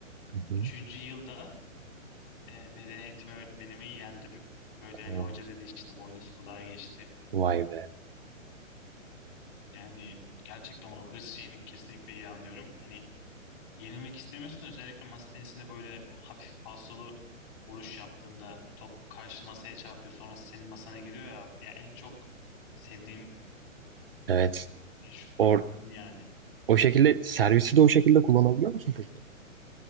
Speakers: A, on the right; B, on the left.
A: Hı hı.
B: Üçüncü yılda e, beden eğitimi öğretmenimi yendim. Böyle
A: Oo,
B: hani hoca dedi işte boynuz kulağa geçti.
A: vay be.
B: Yani gerçekten o hırs şeyini kesinlikle iyi anlıyorum. Hani yenilmek istemiyorsun özellikle masa tenisinde böyle hafif falsolu vuruş yaptığında top karşı masaya çarpıyor sonra senin masana geliyor ya. Ya en çok sevdiğim
A: Evet.
B: şutlardan
A: O,
B: biri yani.
A: o şekilde servisi de o şekilde kullanabiliyor musun peki?